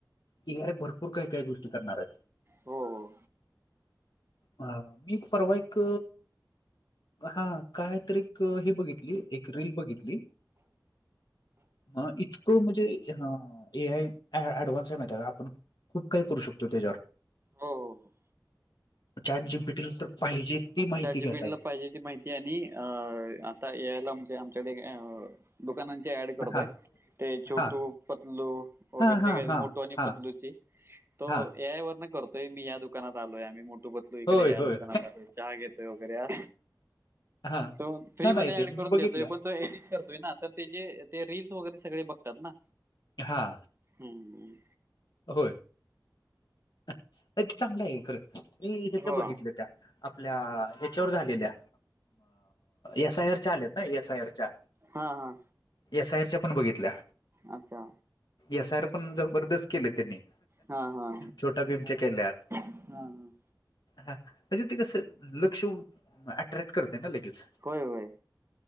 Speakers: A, on the left (about 70°); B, on the right (about 35°).
A: ए आय भरपूर काय काही गोष्टी करणार आहेत
B: हो हो हो
A: हा मी परवा एक एक हा काय तर एक हे बघितली एक रील बघितली हा इ त म्हणजे ए आय ऍडव्हान्स आहे माहिती आहे का आपण खूप काही करू शकतो त्याच्यावर
B: हो हो
A: चार जी बीटला तर पाहिजे ती माहिती
B: चारजी
A: घेता
B: पीला
A: येते
B: पाहिजे ती माहिती आणि अ आता यायला म्हणजे आमच्याकडे अ दुकानांची ऍड करतोय
A: हा
B: ते छोटू
A: हा
B: पतलू वगैर
A: हा हा
B: ते का
A: हा
B: मोठू आणि
A: हा
B: पतलूची तो
A: हा
B: या वर न करतोय मी या दुकानात आलोय आम्ही मोठू पतलू इकडे
A: होय
B: या
A: होय
B: दुकानात आलोय चहा घेतो वगैरे या
A: हा
B: तो फ्री
A: छान
B: मध्ये
A: आहे ते
B: ऍड
A: मी
B: करून
A: बघितल्या
B: देतोय पण तो एडिट करतोय ना तर ते जे ते रीलस वगैरे सगळे बघतात ना
A: हां
B: हम्म....
A: होय नाही ते चांगलं आहे खरं मी ह्याच्या
B: हो
A: बघितलं त्या, आपल्या ह्याच्यावर झालेल्या एस आय आरच्या आलेत ना एस आय आर च्या,
B: हा, हा!
A: एस आयरच्या पण बघितल्या
B: अच्छा.
A: एस आर पण जबरदस्त केले त्यांनी
B: हा हा हा
A: छोट केल्या
B: हा, हा.
A: म्हणजे ते कस लक्ष अट्रॅक्ट करते ना लगेच.
B: होय होय